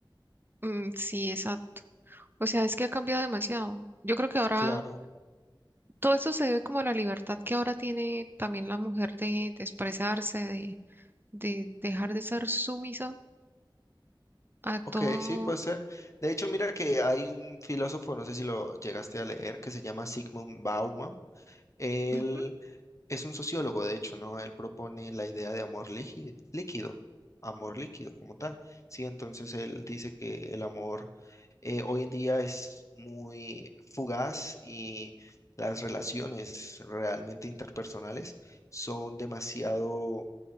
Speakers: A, on the right; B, on the left.
A: Mm, Sí, exacto. O sea, es que ha cambiado demasiado. Yo creo que ahora
B: Claro.
A: Todo esto se debe como a la libertad que ahora tiene también la mujer de, de expresarse, de, de dejar de ser sumisa a todo.
B: Ok, sí, puede ser. De hecho, mira que hay un filósofo, no sé si lo llegaste a leer, que se llama Sigmund Bauman. Él
A: Ujú,
B: Es un sociólogo, de hecho, ¿no? Él propone la idea de amor lígi- líquido, amor líquido como tal. Sí, entonces él dice que el amor eh, hoy en día es muy fugaz y las relaciones realmente interpersonales son demasiado